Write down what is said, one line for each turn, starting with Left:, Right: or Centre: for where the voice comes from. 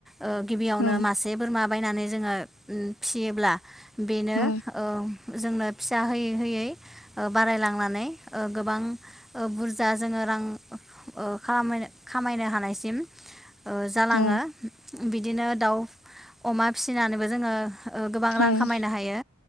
Centre: अ गिबियावनो
Left: औ
Centre: मासे बोरमा बायनानै जोङो उ फिसियोब्ला बेनो
Left: औ
Centre: ओ जोंनो फिसा होयै होयै ओ बारायलांनानै ओ गोबां ओ बुरजा जोङो रां ओ खामायनो खामायनो हानाय सिम ओ जालाङो
Left: औ
Centre: बिदिनो दाउ अमा फिसिनानैबो जोङो ओ गोबां
Left: औ
Centre: रां खामायनो हायो